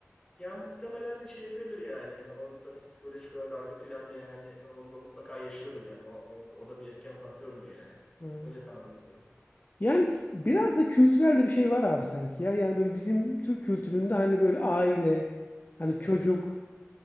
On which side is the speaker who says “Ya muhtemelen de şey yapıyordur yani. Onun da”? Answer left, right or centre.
Left